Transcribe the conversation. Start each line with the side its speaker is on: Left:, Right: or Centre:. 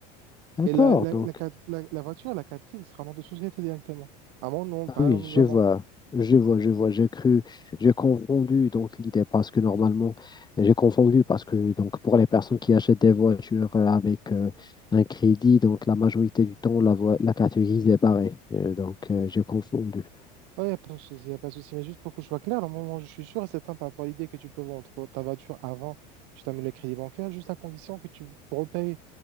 Left: D'accord,
Right: Et la, la,
Left: donc.
Right: la, carte- la- la voiture, la carte grise sera au nom de société directement. À mon nom,
Left: Ah
Right: pas
Left: oui,
Right: au nom
Left: je
Right: de la
Left: vois,
Right: banque.
Left: je vois, je vois. J'ai cru, j'ai confondu donc l'idée parce que normalement, j'ai confondu parce que donc pour les personnes qui achètent des voitures euh, avec euh, un crédit, donc la majorité du temps la voi- la carte grise est barrée. Euh, donc euh, j'ai confondu.
Right: Ouais, y a pas de souci, y a pas de souci. Mais juste pour que je sois clair, au moment où je suis sûr et certain par rapport à l'idée que tu peux vendre ta voiture avant que tu termines le crédit bancaire, juste à condition que tu repayes